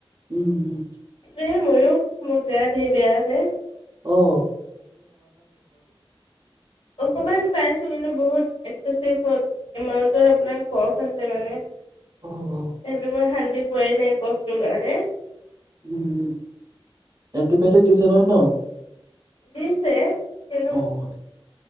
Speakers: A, on the right; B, on the left.
A: উম উম
B: এ ময়ো মোৰ গা ঢেই বেয়া যে।
A: অঁ।
B: অকমান পাইছো কিন্তু বহুত। একছেছিভ এমাউন্টত আপোনাৰ কফ হৈছে মানে।
A: অ
B: <unintelligible>
A: অ
B: মই শান্তিত <unintelligible> নাই কফ তোৰ কাৰাণে
A: উম উম। এণ্টিবায়টিক দিছে নহয় ন,
B: দিছে কিন্তু
A: অ'